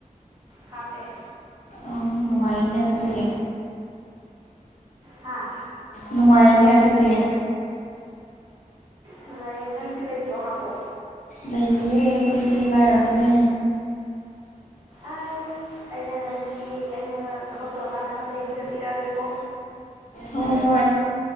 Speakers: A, on the right; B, on the left.
A: ꯍꯥꯞꯄꯦ
B: ꯑꯪ ꯅꯨꯡꯉꯥꯏꯔꯦꯅꯦ ꯑꯗꯨꯗꯤ
A: ꯍꯥꯥ
B: ꯅꯨꯡꯉꯥꯏꯔꯦꯅꯦ ꯑꯗꯨꯗꯤ
A: ꯅꯨꯡꯉꯥꯏꯔꯦ ꯅꯪꯗꯤ ꯂꯩꯇ꯭ꯔꯣ ꯍꯥꯞꯄꯣ
B: ꯂꯩꯇꯤꯌꯦ ꯑꯈꯣꯏꯗꯤ ꯂꯥꯏꯔꯕꯅꯦ
A: ꯑꯥꯏꯁ ꯑꯩꯅ ꯅꯪꯒꯤ ꯑꯩꯅ ꯊꯕꯛ ꯇꯧꯔꯀꯥꯟꯗ ꯑꯃ ꯂꯩꯕꯤꯔ ꯄꯤꯔꯛꯑꯒꯦꯀꯣ
B: ꯍꯣꯏ ꯍꯣꯏ